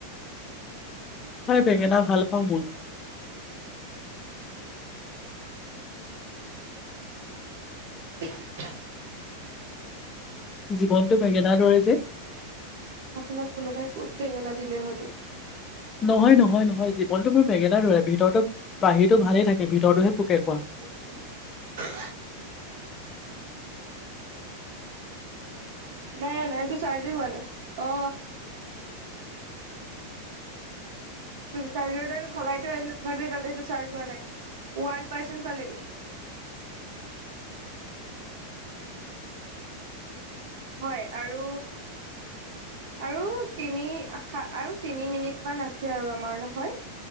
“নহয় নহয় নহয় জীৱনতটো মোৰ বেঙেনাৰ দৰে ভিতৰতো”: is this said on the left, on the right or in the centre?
Left